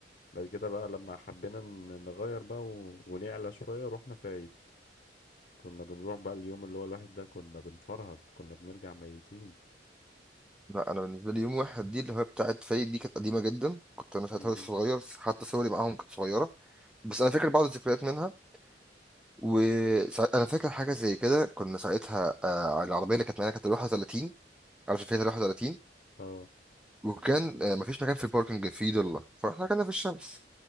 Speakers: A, on the left; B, in the centre.
A: بعد كده بقى لما حبينا ن- نغير بقى و... ونعلى شوية رحنا فايت كنا بنروح بقى اليوم اللي هو الواحد ده كنا بنفرهد كنا بنرجع ميتين
B: لا انا بالنسبه لي يوم واحد دي اللي هي بتاعت فايد دي كانت قديمه جدا كنت انا ساعتها
A: امم
B: لسه صغير حتى صوري معاهم كانت صغيره بس انا فاكر بعض الذكريات منها وانا فاكر حاجه زي كده كنا ساعتها آه على العربيه اللي كانت معانا كانت ال 31 عارف فيها 31
A: اه
B: وكان آه مفيش مكان في الباركنج في ضله فاحنا كنا في الشمس